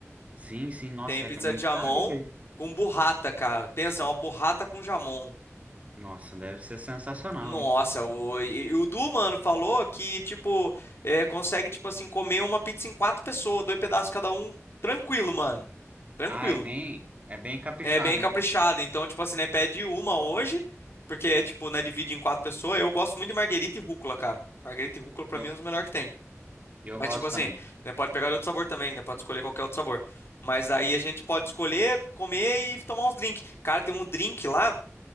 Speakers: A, on the right; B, on the left.
A: sim, sim, nossa,
B: Tem pizza
A: é muito
B: de jamon
A: caro isso aí.
B: com burrata, cara. Pensa, é uma burrata com jamon.
A: Nossa, deve ser sensacional,
B: Nossa,
A: hein?
B: o, e, e o Du, mano, falou que, tipo, eh, consegue, tipo assim, comer uma pizza em quatro pessoas, dois pedaços cada um, tranquilo, mano. Tranquilo.
A: Ah, é bem, é bem caprichado,
B: É bem caprichado.
A: hein?
B: Então, tipo assim, né? Pede uma hoje, porque, tipo, né? Divide em quatro pessoas. Eu gosto muito de marguerita e rúcula, cara. Marguerita e rúcula, pra
A: Eu,
B: mim, é os melhores que tem.
A: eu
B: Mas,
A: gosto
B: tipo assim,
A: também.
B: né? Pode pegar de outro sabor também, né? Pode escolher qualquer outro sabor. Mas aí a gente pode escolher, comer e tomar uns drinks. Cara, tem um drink lá